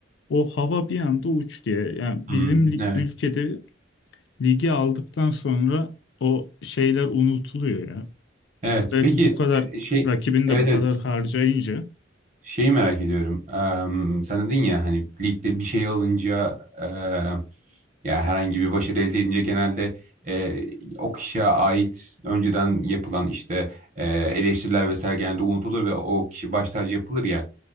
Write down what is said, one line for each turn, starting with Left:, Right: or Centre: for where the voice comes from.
Left: o hava bir anda uç diye Yani
Right: Hı
Left: bizim
Right: hı,
Left: li-
Right: Evet.
Left: ülkede ligi aldıktan sonra o şeyler unutuluyor ya.
Right: Evet.
Left: Özellikle
Right: Peki
Left: bu kadar
Right: şey
Left: rakibin
Right: Evet
Left: de bu
Right: evet
Left: kadar harcayınca
Right: Şeyi merak ediyorum. Em, sen dedin ya hani ligde bir şey alınca em, ya herhangi bir başarı elde edince genelde e, o kişiye ait önceden yapılan işte e, eleştiriler vesaire genelde unutulur ve o kişi baş tacı yapılır ya.